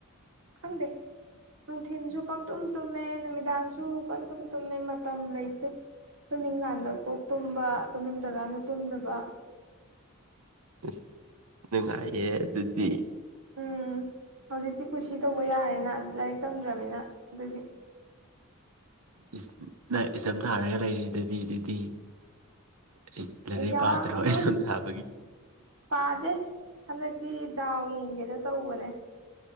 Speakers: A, on the right; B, on the right.
A: ꯈꯟꯗꯦ ꯅꯨꯡꯊꯤꯤꯟꯁꯨ ꯄꯪꯇꯨꯝ ꯇꯨꯝꯃꯦ ꯅꯨꯃꯤꯗꯥꯡꯁꯨ ꯄꯪꯇꯨꯝ ꯇꯨꯝꯃꯦ ꯃꯇꯝ ꯂꯩꯇꯦ ꯇꯨꯝꯅꯤꯡꯀꯥꯟꯗ ꯀꯣꯛ ꯇꯨꯝꯕ ꯇꯨꯝꯅꯤꯡꯗꯀꯥꯟꯗ ꯇꯨꯝꯗꯕ
B: ꯑꯁ ꯅꯨꯡꯉꯥꯏꯌꯦ ꯑꯗꯨꯗꯤ
A: ꯎꯝ ꯍꯧꯖꯤꯛꯇꯤ ꯀꯨꯁꯤ ꯇꯧꯕ ꯌꯥꯔꯦꯅ ꯂꯥꯏꯔꯤꯛ ꯇꯝꯗ꯭ꯔꯅꯤꯅ ꯑꯗꯨꯒꯤ
B: ꯏꯁ ꯅꯪ ꯑꯦꯛꯖꯝ ꯊꯔꯒꯥ ꯂꯩꯔꯤꯗꯨꯗꯤ ꯑꯗꯨꯗꯤ ꯑꯩ ꯂꯥꯏꯔꯤꯛ
A: ꯑꯦꯛꯖꯥꯝꯗꯣ
B: ꯄꯥꯗ꯭ꯔꯣ ꯑꯦꯛꯖꯥꯝ ꯊꯥꯕꯒꯤ?
A: ꯄꯥꯗꯦ ꯍꯟꯗꯛꯇꯤ ꯗꯥꯎ ꯌꯦꯡꯒꯦꯗ ꯇꯧꯕꯅꯦ